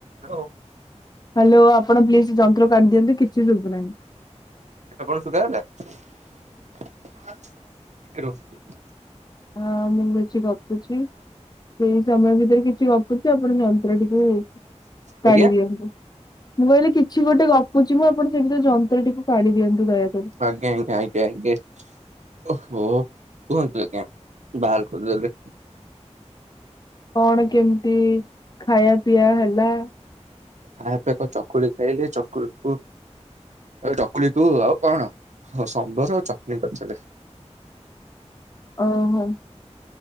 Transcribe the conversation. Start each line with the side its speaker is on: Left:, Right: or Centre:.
Right: Hello.
Left: Hello ଆପଣ please ଯନ୍ତ୍ର କାଡି ଦିଅନ୍ତୁ କିଛି ସୁଭୁ ନାହିଁ।
Right: ଆପଣଙ୍କୁ ସୁଧା ଗଲା ଟିକେ ରୁହନ୍ତୁ ଟିକେ।
Left: ହଁ ମୁଁ କିଛି ଗପୁଛି ସେଇ ସମୟ ଭିତରେ କିଛି ଗପୁଛି ଆପଣ ଯନ୍ତ୍ର ଟିକେ
Right: ଆଜ୍ଞା
Left: କାଢି ଦିଅନ୍ତୁ। ମୁଁ କହିଲି କିଛି ଗୋଟେ ଗପୁଚି ମ ଆପଣ ସେ ଭିତରେ ଯନ୍ତ୍ରଟିକୁ କାଢି ଦିଅନ୍ତୁ ଦୟା
Right: ଆଜ୍ଞା ଆଜ୍ଞା ଆଜ୍ଞା ଆଜ୍ଞା ଓହୋ। କୁହନ୍ତୁ ଆଜ୍ଞା ବାହାର କରିଦେଲି।
Left: କଣ କେମିତି ଖାଇବା ପିଇଆ ହେଲା।
Right: ତାପରେ ତ କଣ ଚକୁଳି ଖାଇଲେ ଚକୁଳିକୁ ଏ ଚକୁଳି କୁ ଆଉ କଣ ସମ୍ବର ଆଉ ଚଟଣି କରିଥିଲେ।
Left: ଓହୋ